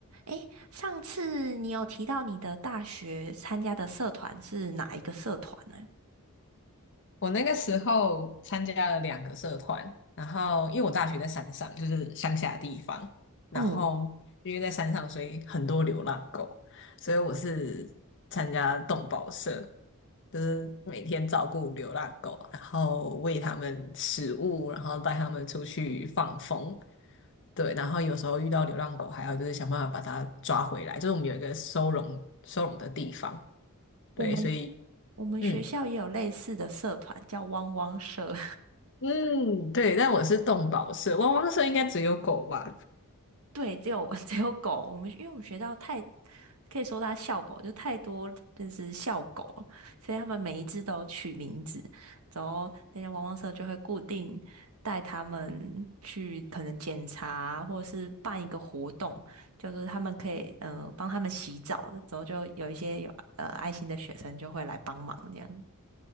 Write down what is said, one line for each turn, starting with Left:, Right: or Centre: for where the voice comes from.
Right: 诶，上次你有提到你的大学参加的社团是哪一个社团呢？
Left: 我那个时候参加了两个社团，然后因为我大学在山上，就是乡下地方，然后因为在山上，
Right: 嗯，
Left: 所以很多流浪狗，所以我是参加动保社，就是每天照顾流浪狗，然后喂它们食物，然后带它们出去放风，对，然后有时候遇到流浪狗，还要就是想办法把它抓回来，就是我们有一个收容收容的地方，对，
Right: 我们
Left: 所以。
Right: 我们学校也有类似的社团，
Left: 嗯。
Right: 叫汪汪社。
Left: 嗯，对，但我是动保社，汪汪社应该只有狗吧？
Right: 对，只有 <laughs> 只有狗，我们因为我们学校太可以说它校狗，就太多就是校狗了所以他们每一只都有取名字，然后那些汪汪社就会固定带他们去可能检查或者是办一个活动，就是他们可以嗯呃帮他们洗澡的，然后就有一些有呃爱心的学生就会来帮忙这样。